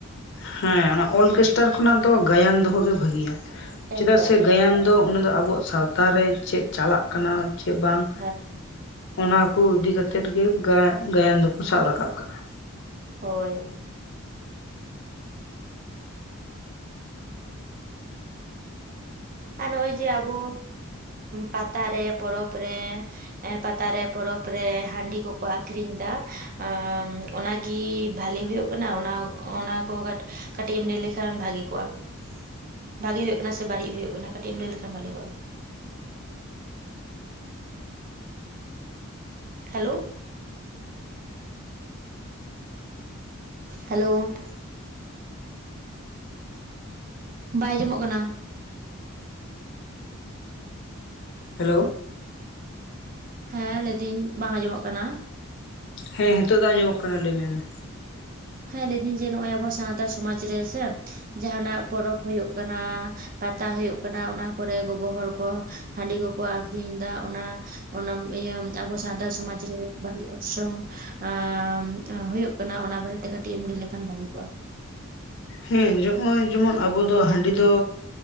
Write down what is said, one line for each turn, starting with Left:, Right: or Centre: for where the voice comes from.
Left: ᱦᱮᱸ ᱚᱱᱟ ᱚᱞᱜᱮᱥᱴᱟᱨ ᱠᱷᱚᱱᱟᱜ ᱫᱚ ᱜᱟᱭᱟᱱ ᱫᱚᱦᱚ ᱜᱮ ᱵᱷᱟᱹᱜᱤᱭᱟ᱾
Right: ᱮᱠᱵᱟᱨᱮ
Left: ᱪᱮᱫᱟᱜ ᱥᱮ ᱜᱟᱭᱟᱱ ᱫᱚ ᱚᱱᱟ ᱫᱚ ᱟᱵᱚᱣᱟᱜ ᱥᱟᱶᱛᱟ ᱨᱮ ᱪᱮᱫ ᱪᱟᱞᱟᱜ ᱠᱟᱱᱟ ᱪᱮᱫ ᱵᱟᱝ
Right: ᱦᱮᱸ
Left: ᱚᱱᱟ ᱠᱚ ᱤᱫᱤ ᱠᱟᱛᱮᱫ ᱜᱮ ᱜᱟᱼᱜᱟᱭᱟᱱ ᱫᱚᱠᱚ ᱥᱟᱵ ᱨᱟᱠᱟᱵ ᱠᱟᱜᱼᱟ
Right: ᱦᱚᱭ ᱟᱨ ᱱᱚᱜᱼᱚᱭ ᱡᱮ ᱟᱵᱚ ᱯᱟᱛᱟ ᱨᱮ ᱯᱚᱨᱚᱵᱽ ᱨᱮ ᱯᱟᱛᱟ ᱨᱮ ᱯᱚᱨᱚᱵᱽ ᱨᱮ ᱦᱟᱺᱰᱤ ᱠᱚ ᱠᱚ ᱟᱠᱷᱨᱤᱧ ᱮᱫᱟ ᱟᱸᱼᱼ ᱚᱱᱟ ᱠᱤ ᱵᱷᱟᱹᱞᱮ ᱦᱳᱭᱳᱜ ᱠᱟᱱᱟ ᱚᱱᱟ ᱚᱱᱟ ᱠᱚ ᱠᱟᱴᱼᱠᱟᱹᱴᱤᱡ ᱮᱢ ᱞᱟᱹᱭ ᱞᱮᱠᱷᱟᱱ ᱵᱷᱟᱜᱮ ᱠᱚᱜᱼᱟ᱾ ᱵᱷᱟᱜᱮ ᱦᱳᱭᱳᱜ ᱠᱟᱱᱟ ᱥᱮ ᱵᱟᱹᱲᱤᱡ ᱦᱳᱭᱳᱜ ᱠᱟᱱᱟ ᱠᱟᱹᱴᱤᱡ ᱮᱢ ᱞᱟᱹᱭ ᱞᱮᱠᱷᱟᱱ ᱵᱷᱟᱹᱞᱮ ᱠᱚᱜᱼᱟ᱾ ᱦᱮᱞᱳ ᱦᱮᱞᱳ ᱵᱟᱭ ᱡᱚᱢᱚᱜ ᱠᱟᱱᱟ
Left: ᱦᱮᱞᱳ
Right: ᱦᱮᱸ ᱞᱟᱹᱭᱫᱟᱹᱧ ᱵᱟᱝ ᱟᱸᱡᱚᱢᱚᱜ ᱠᱟᱱᱟ᱾
Left: ᱦᱮᱸ ᱦᱮᱸᱛᱚᱜ ᱫᱚ ᱟᱸᱡᱚᱢᱚᱜ ᱠᱟᱱᱟ ᱞᱟᱹᱭ ᱢᱮ ᱢᱟ᱾
Right: ᱦᱮᱸ ᱞᱟᱹᱭ ᱫᱟᱹᱧ ᱡᱮ ᱱᱚᱜᱼᱚᱭ ᱟᱵᱚ ᱥᱟᱶᱛᱟ ᱥᱚᱢᱟᱡᱽ ᱨᱮᱥᱮ ᱡᱟᱦᱟᱸᱱᱟᱜ ᱯᱚᱨᱚᱵᱽ ᱦᱳᱭᱳᱜ ᱠᱟᱱᱟ, ᱯᱟᱛᱟ ᱦᱳᱭᱳᱜ ᱠᱟᱱᱟ ᱚᱱᱟ ᱠᱚᱨᱮ ᱜᱚᱜᱚ ᱦᱚᱲ ᱠᱚ ᱦᱟᱺᱰᱤ ᱠᱚ ᱠᱚ ᱟᱠᱷᱨᱤᱧ ᱮᱫᱟ ᱚᱱᱟ ᱚᱱᱟ ᱤᱭᱟᱹ ᱟᱵᱚ ᱥᱟᱱᱛᱟᱲ ᱥᱚᱢᱟᱡᱽ ᱨᱮ ᱵᱟᱹᱲᱤᱡ ᱚᱨᱥᱚᱝ ᱟᱸ ᱦᱳᱭᱳᱜ ᱠᱟᱱᱟ ᱚᱱᱟ ᱵᱟᱨᱮᱛᱮ ᱠᱟᱹᱴᱤᱡ ᱮᱢ ᱞᱟᱹᱭ ᱞᱮᱠᱷᱟᱱ ᱵᱷᱟᱞᱮ ᱠᱚᱜᱼᱟ᱾
Left: ᱦᱮᱸ ᱡᱚᱜᱼᱚᱭ ᱡᱮᱢᱚᱱ ᱟᱵᱚ ᱫᱚ ᱦᱟᱺᱰᱤ ᱫᱚ